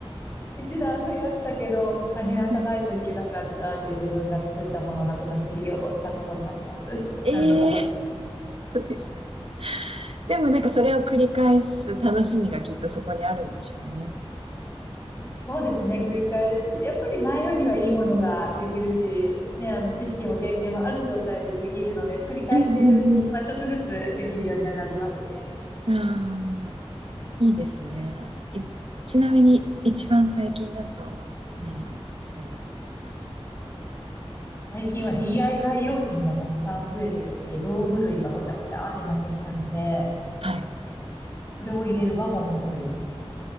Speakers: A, on the left; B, on the right.
A: 一段増やしたけど、あ減らさないといけなかったって自分が作ったものを泣く泣く切り落としたこともあります。
B: はいええー、
A: 何度も。
B: 本当ですか。でもなんかそれを繰り返す楽しみがきっとそこにあるんでしょうね。
A: そうですね、繰り返し。やっぱり前よりはいいものができるし、ね、あの、知識も経験もある状態でできるので、繰り返しているうちに、
B: うんうん
A: まあ、ちょっとずつできるようにはなりますね。
B: うん。ああ。いいですね。え、ちなみに、一番最近だと何を作られたんですか
A: 最近は DIY 用品がたくさん増えてきて、道具類がごちゃごちゃーってなってきたので、
B: はい。
A: それを入れるワゴンを作りました。